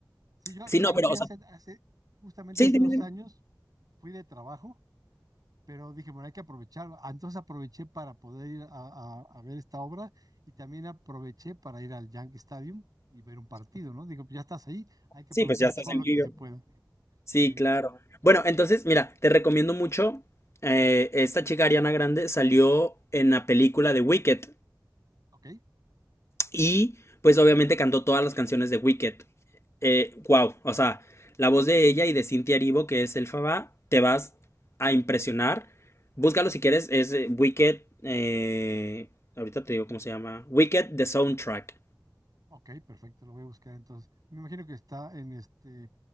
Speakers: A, on the right; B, on the left.
A: Sí, yo
B: Sí,
A: te
B: no,
A: digo,
B: pero
A: fui
B: o
A: hace,
B: sea,
A: hace, justamente
B: sí,
A: hace
B: dime,
A: dos
B: dime.
A: años, fui de trabajo pero dije, bueno, hay que aprovechar. Ah, Entonces aproveché para poder ir a, a- a ver esta obra y también aproveché para ir al Yankee Stadium y ver un partido, ¿no? Digo, pues ya estás ahí, hay que
B: Sí,
A: aprovechar
B: pues ya estás
A: <laughs> todo
B: en
A: lo
B: New
A: que se
B: York.
A: pueda.
B: Sí,
A: Sí,
B: claro. Bueno, entonces mira, te recomiendo mucho. eh, esta chica Ariana Grande salió en la película de Wicked.
A: ok,
B: Y pues obviamente cantó todas las canciones de Wicked. Eh, wow, o sea, la voz de ella y de Cynthia Aribo, que es el Faba, te vas a impresionar. Búscalo si quieres, es eh, Wicked. eh, ahorita te digo cómo se llama. Wicked The Soundtrack.
A: ok, perfecto, lo voy a buscar entonces. Me imagino que está en este,